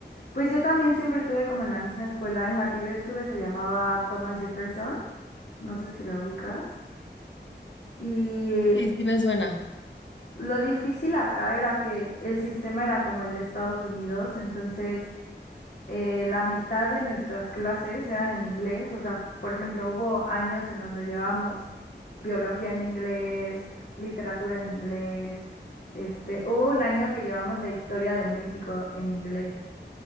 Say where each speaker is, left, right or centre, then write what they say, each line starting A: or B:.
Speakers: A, on the left; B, on the left.
A: Pues yo también siempre estuve como en la misma escuela en la que yo estuve, se llamaba Thomas Jefferson, no sé si la ubicas. Y
B: Sí, sí me suena.
A: lo difícil acá era que el sistema era como el de Estados Unidos, entonces eh, la mitad de nuestras clases eran en inglés, o sea, por ejemplo, hubo años en donde llevábamos biología en inglés, literatura en inglés, este, hubo un año que llevamos la historia de México en inglés.